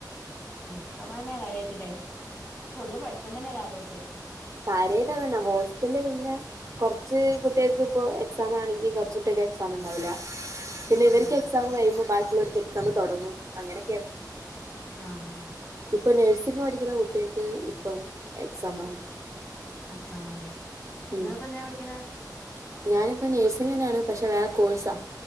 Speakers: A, on the left; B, on the right.
A: ക്സമ തന്നെയ കാര്യായിട്ടല്ലേ പള്ള് പടുത്തം തന്നെ കാര്യായിട്ട്
B: കാര്യട്ടാന്ന ഹോസ്റ്റലില് പിന്നെ കുറച്ച് കുട്ടികൾക്ക് ഇപ്പോ എക്സാ ആണെങ്കിൽ കുറച്ച കുട്ടികക്കെ എക്സാം ഉണ്ടാവില്ല പിന്നെ
A: ആഹ്
B: ഇവർക്ക് എക്സാം കഴിയുമ്പോൾ ബാക്കിയുള്ളവർക്ക് എക്സാം തുടങ്ങും അങ്ങനെയൊക്കെയാണ്
A: ആഹ്
B: ഇപ്പൊ നേഴ്സിംഗ പഠിക്കുന്ന കുട്ടികക്ക് ഇപ്പം എക്സ ആണ്
A: അക്സമാല്ലേ നിങ്ങളിപ്പോ
B: ഉം
A: എന്ാ പഠിക്കണ
B: ഞാനിപ്പോ നേഴ്സിംഗ തന്നെയാണ് പക്ഷെ വേറെ കോഴ്സാ